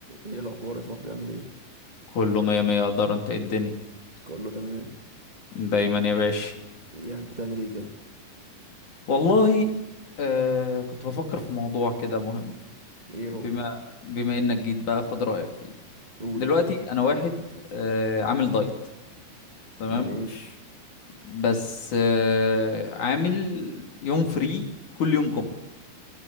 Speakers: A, on the right; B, on the left.
A: ايه الاخبار يا صاحبي عامل ايه
B: كله مية مية اقدر انت إيه الدنيا
A: اقول له تمام
B: دايما يا باشا
A: يا بتعمل ايه كده
B: والله آه كنت بفكر في موضوع كده مهم
A: ايه هو
B: بما بما انك جيت بقى خد رأيك فيه
A: قول
B: دلوقتي انا واحد آه عامل دايت تمام
A: ماشي
B: بس آه عامل يوم فري كل يوم جمعة